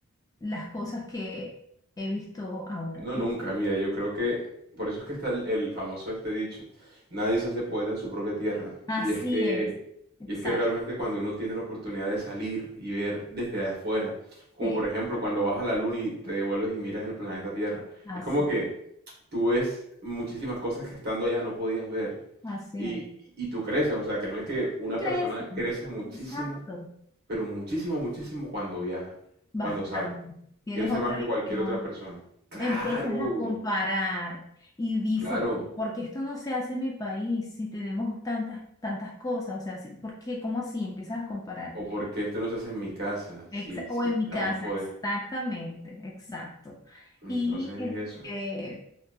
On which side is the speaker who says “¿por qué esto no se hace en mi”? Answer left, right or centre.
Left